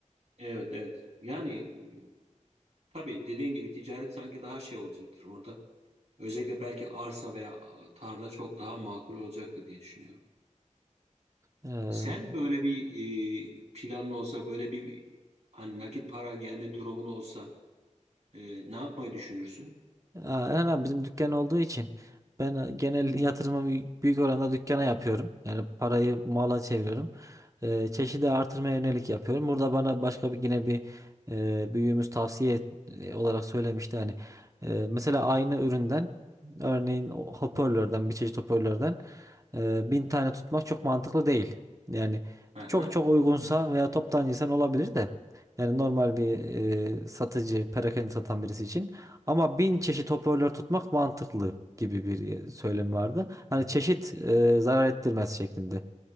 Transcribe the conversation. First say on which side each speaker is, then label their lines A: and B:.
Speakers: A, on the right; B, on the right.
A: Evet evet. Yani e, tabii dediğin gibi ticaret sanki daha şey olacaktır orada. Özellikle belki arsa veya e, tarla çok daha makul olacaktır diye düşünüyorum.
B: Ee,
A: Sen böyle bir e, planın olsa böyle bir hani nakit para gelme durumun olsa e, ne yapmayı düşünürsün?
B: Aa, Eren abi bizim dükkan olduğu için ben e, genel <laughs> yatırımı büyük büyük oranda dükkana yapıyorum. Yani parayı mala çeviriyorum. Ee, çeşidi artırmaya yönelik yapıyorum. Burada bana başka bir yine bir e, büyüğümüz tavsiye et- e, olarak söylemişti. Yani e, mesela aynı üründen örneğin o hoparlörden bir çeşit hoparlörden e, bin tane tutmak çok mantıklı değil. Yani
A: Aha,
B: çok çok uygunsa veya toptancıysan olabilir de yani normal bir e, satıcı, perakende satan birisi için ama bin çeşit hoparlör tutmak mantıklı gibi bir e, söylem vardı. Hani çeşit e, zarar ettirmez şeklinde.